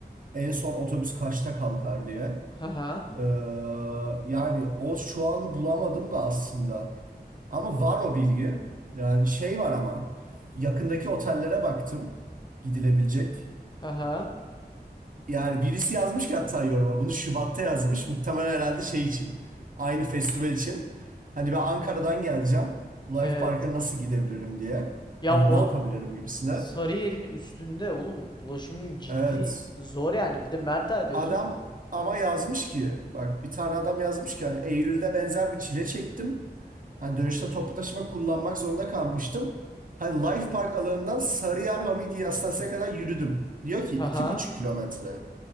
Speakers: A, on the right; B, on the left.
A: En son otobüs kaçta kalkar diye.
B: Haha.
A: Ee, yani o şu an bulamadım da aslında. Ama var o bilgi. Yani şey var ama yakındaki otellere baktım gidilebilecek.
B: Haha.
A: Yani birisi yazmış ki hatta yoruma bunu Şubat'ta yazmış. Muhtemelen herhalde şey için. Aynı festival için. Hani ben Ankara'dan geleceğim. Life
B: Evet.
A: Park'a nasıl gidebilirim diye.
B: Ya
A: Hani
B: o
A: ne yapabilirim gibisine.
B: Sarıyer'in üstünde oğlum ulaşım ciddi
A: Evet.
B: zor yani. Bir de Mertel diyorsun.
A: Adam ama yazmış ki bak bir tane adam yazmış ki hani Eylül'de benzer bir çile çektim. Hani dönüşte toplu taşıma kullanmak zorunda kalmıştım. Hani Life Park alanından Sarıyer Hamidiye Hastanesi'ne kadar yürüdüm. Diyor ki
B: Haha.
A: iki buçuk kilometre.